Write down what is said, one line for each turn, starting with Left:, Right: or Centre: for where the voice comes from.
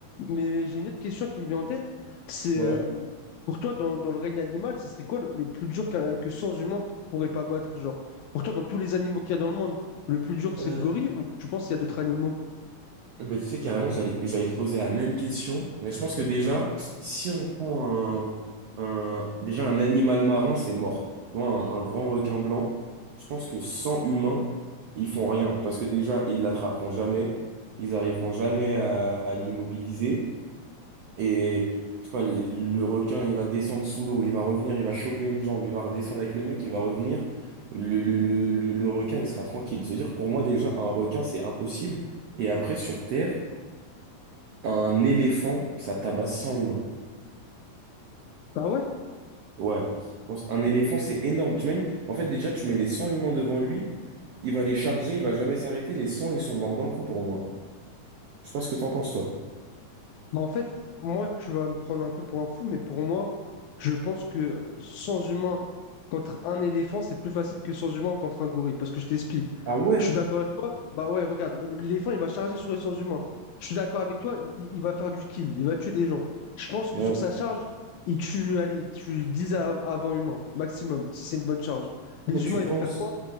Left: mais, mais j'ai une autre question qui me vient en tête. C'est, euh,
Right: ouais.
Left: pour toi, dans, dans le règne animal, ce serait quoi le, le plus dur qu'un- que sans humains pourraient pas battre? Genre, pour toi, dans tous les animaux qu'il y a dans le monde, le plus dur,
Right: Ouais.
Left: c'est le gorille ou tu penses qu'il y a d'autres animaux?
Right: Bah, tu sais, carrément, j'allais, j'allais te poser la même question, mais je pense que déjà, si on prend un, un- déjà un animal marin, c'est mort. Tu vois, un, un grand requin blanc, je pense que sans humains, ils font rien, parce que déjà, ils l'attraperont jamais, ils arriveront jamais à, à l'immobiliser, et je sais pas, le, le requin, il va descendre sous l'eau, il va revenir, il va choper une jambe, il va redescendre avec le mec, il va revenir, le, le, le, le le requin, il sera tranquille. C'est-à-dire, pour moi, déjà, un requin, c'est impossible. Et après, sur Terre, un éléphant, ça tabasse 100 humains.
Left: Ah ouais?
Right: Ouais. Je pense- Un éléphant, c'est énorme. Tu mets, en fait, déjà, tu mets les 100 humains devant lui, il va les charger, il va jamais s'arrêter. Les 100, ils sont morts d'un coup pour moi. Je sais pas ce que t'en penses, toi.
Left: Bah en fait, moi, tu vas me prendre un peu pour un fou, mais pour moi, je pense que sans humain contre un éléphant, c'est plus facile que sans humain contre un gorille. Parce que je t'explique.
Right: Ah ouais?
Left: Je suis d'accord avec toi. Bah ouais, regarde, le- l'éléphant, il va charger sur les sans humains. Je suis d'accord avec toi, il, il- il va faire du kill, il va tuer des gens. Je pense que
Right: Ouais.
Left: sur sa charge, il tue, allez, il tue 10 av- avant-humains, maximum, si c'est une bonne charge. Les
Right: Toi, tu
Left: humains, ils
Right: penses.
Left: vont faire quoi?